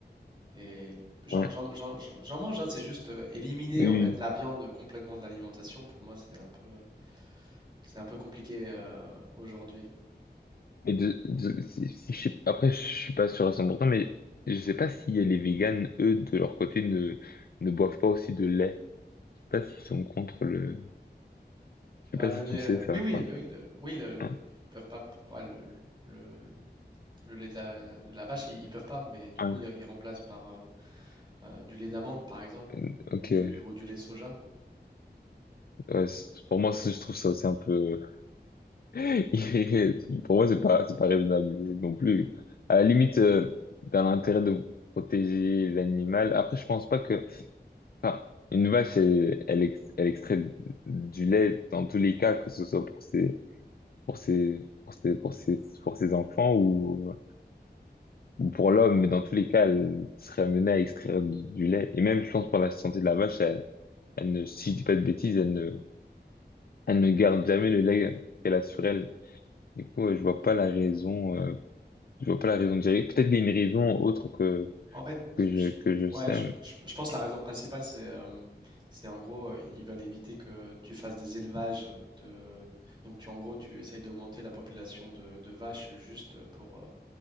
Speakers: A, on the right (about 25°); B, on the left (about 60°).
A: et j'en
B: ouais,
A: j'en- j'en- j'en- j'en mange, hein, c'est juste euh, éliminer
B: oui.
A: en fait la
B: oui.
A: viande complètement de l'alimentation. Pour moi, c'est un peu, c'est un peu compliqué euh, aujourd'hui.
B: Et de, de- si- si je sais- après, je suis pas sûr à 100% mais je sais pas si les véganes, eux, de leur côté, ne, ne boivent pas aussi de lait. Je sais pas s'ils sont contre le... Je sais
A: Ah,
B: pas
A: le
B: si
A: lait,
B: tu sais
A: euh,
B: ça,
A: oui, oui,
B: quoi.
A: le- le- oui, le- le-
B: Hein?
A: ils peuvent pas. pour moi, le, le- le- le lait de la, la- de la vache, ils, ils peuvent pas, mais du
B: Ouais.
A: coup, ils, ils remplacent par euh, euh, du lait d'amande, par exemple,
B: Euh, Ok,
A: ou du,
B: ouais.
A: ou du lait de soja.
B: Ouais, c'est- pour moi, c'est- je trouve ça aussi un peu... <laughs> irré- Pour moi, c'est pas, c'est pas raisonnable non plus. À la limite, euh, dans l'intérêt de protéger l'animal, après, je pense pas que... Enfin, une vache, elle, elle, ex- elle extrait du lait dans tous les cas, que ce soit pour ses pour ses, pour ses, pour ses, pour ses enfants ou, ou pour l'homme, mais dans tous les cas, elle serait amenée à extraire du, du lait. Et même, je pense, pour la santé de la vache, elle, elle ne, si je dis pas de bêtises, elle ne, elle ne garde jamais le lait qu'elle a sur elle. Du coup, euh, je vois pas la raison, euh, je vois pas la raison directe. Peut-être qu'il y a une raison autre que,
A: En fait,
B: que je,
A: je,
B: que je
A: ouais,
B: sais.
A: je, je- je pense que la raison principale, c'est euh, c'est en gros, euh, ils veulent éviter que tu fasses des élevages de. Donc, tu, en gros, tu essayes d'augmenter la population de, de vaches juste pour euh,